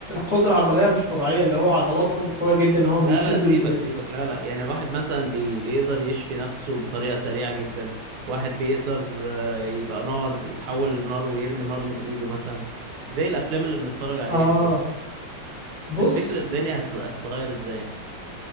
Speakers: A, on the left; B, on the right.
A: قدرة عضلية مش طبيعية اللي هو عضلاتهم قوية جدا ان هو
B: لا
A: بيشدوا
B: لا سيبك
A: ال...
B: سيبك لا لا يعني واحد مثلا بي بيقدر يشفي نفسه بطريقة سريعة جدا واحد بيقدر آه، يبقى نار يتحول لنار ويرمي نار من ايده مثلا زي الافلام اللي بنتفرج عليها
A: اه
B: كده
A: بص
B: تفتكر الدنيا هتت- هتتغير ازاي